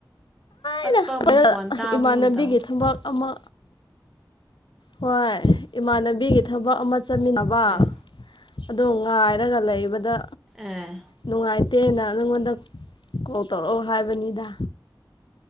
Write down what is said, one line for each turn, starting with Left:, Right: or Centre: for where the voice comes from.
Centre: ꯆꯠꯄ
Left: ꯑꯩꯅ ꯂꯣꯢꯔꯒ
Centre: ꯃꯈꯣꯟ ꯇꯥꯕꯒꯨꯝ
Left: ꯏꯃꯥꯟꯅꯕꯤꯒꯤ
Centre: ꯇꯧꯋꯦ
Left: ꯊꯕꯛ ꯑꯃ ꯍꯣꯏ ꯏꯃꯥꯟꯅꯕꯤꯒꯤ ꯊꯕꯛ ꯑꯃ ꯆꯠꯃꯤꯟꯅꯕ꯫
Centre: ꯑꯦ
Left: ꯑꯗꯣ ꯉꯥꯏꯔꯒ ꯂꯩꯕꯗ꯫
Centre: ꯑꯦ
Left: ꯅꯨꯡꯉꯥꯏꯇꯦꯅ ꯅꯉꯣꯟꯗ ꯀꯣꯜ ꯇꯧꯔꯛꯑꯣ ꯍꯥꯏꯕꯅꯤꯗ